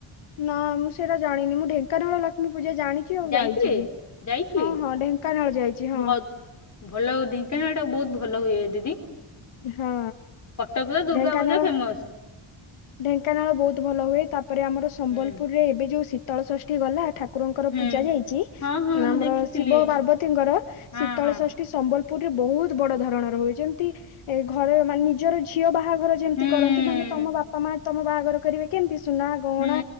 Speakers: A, on the left; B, on the left.
A: ନା, ମୁଁ ସେଇଟା ଜାଣିନି ମୁଁ ଢେଙ୍କାନାଳ ଲକ୍ଷ୍ମୀ ପୂଜା ଜାଣିି କି ଆଉ
B: ଯାଇଥିଲେ
A: ଯାଇଚି ବି ହଁ,
B: ଯାଇଥିଲେ
A: ହଁ ଢେଙ୍କାନାଳ ଯାଇଚି ହଁ।
B: ଭ ଭଲ ହୋଉ ଢେଙ୍କାନାଳ ଟା ବୋହୁତ ଭଲ ହୁଏ, ଦିଦି।
A: ହଁ
B: କଟକ୍ ର ଦୁର୍ଗା
A: ଢେଙ୍କାନାଳ
B: ପୂଜା ଫେମସ୍।
A: ଢେଙ୍କାନାଳ ବହୁତ ଭଲ ହୁଏ, ତାପରେ ଆମର ସମ୍ବଲପୁରରେ
B: ହୁଁ
A: ଏବେ ଯୋଉ ଶୀତଳ ଷଷ୍ଠୀ ଗଲା ଠାକୁ କୁରଙ୍କର
B: ହୁଁ
A: ପୂଜା ଯାଇଚି
B: ହଁ ହଁ ମୁଁ
A: ଆମର
B: ଦେଖିଥିଲି
A: ଶିବ, ପାର୍ବତୀଙ୍କର
B: ହଁ
A: ଶୀତଳ
B: ହଁ
A: ଷଷ୍ଠୀ ସମ୍ବଲପୁରରେ ବହୁତ ବଡ ଧରଣର ହୁଏ, ଯେମତି ଏ ଘରର ମାନେ ନିଜର ଝିଅ ବାହାଘର ଯେମତି
B: ହୁଁ
A: କରନ୍ତି, ମାନେ ତମ ବାପା ମା ତମ ବାହାଘର କରିବେ କେମତି ସୁନା, ଗହଣା,
B: ହୁଁ